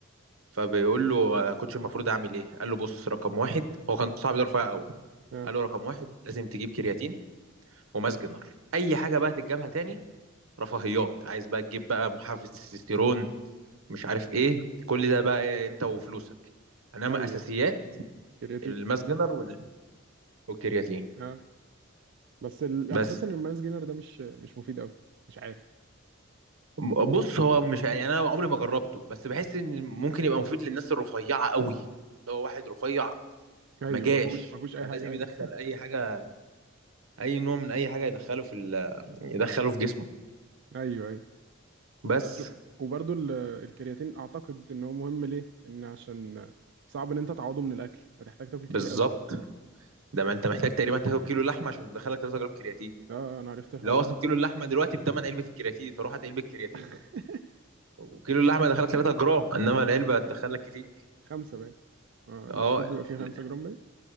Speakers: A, on the right (about 80°); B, on the right (about 55°).
A: فبيقول له آه، كوتش المفروض اعمل ايه قال له بص رقم واحد هو كان صاحبي ده رفيع قوي
B: اه
A: قال له رقم واحد لازم تجيب كرياتين وماس جنر اي حاجه بقى تتجابها تاني رفاهيات عايز بقى تجيب بقى محفز تستوستيرون مش عارف ايه كل ده بقى إيه، انت وفلوسك انما
B: ايوه
A: اساسيات
B: كرياتين
A: الماس جنر وال- والكرياتين
B: اوكي اه بس ال... يعني
A: بس
B: بحس ان المانس جينر ده مش مش مفيد قوي مش عارف
A: م- بص هو مش يعني انا عمري ما جربته بس بحس ان ممكن يبقى مفيد للناس الرفيعه قوي اللي هو واحد رفيع
B: ايوه
A: ما جاش
B: ما فيهوش ما فيهوش اي
A: فلازم
B: حاجه ايوه
A: يدخل اي حاجه اي نوع من اي حاجه يدخله في ال- يدخله في جسمه
B: <laughs> ايوه ايوه
A: بس
B: بس وبرضو ال... الكرياتين اعتقد ان هو مهم ليه ان عشان صعب ان انت تعوضه من الاكل هتحتاج تاكل كتير
A: بالظبط
B: قوي
A: ده ما انت محتاج تقريبا تاكل كيلو لحمه عشان تدخلك 3 جرام كرياتين
B: اه انا عرفت الحوار
A: اللي هو اصلا
B: ده
A: كيلو اللحمه دلوقتي بتمن علبه الكرياتين فروح هات علبه كرياتين
B: <laughs>
A: بقى وكيلو اللحمه يدخلك 3 جرام انما العلبه هتدخلك كتير
B: خمسة باين آه السكوب
A: اه
B: بيبقى فيه
A: ال-
B: خمسة جرام باين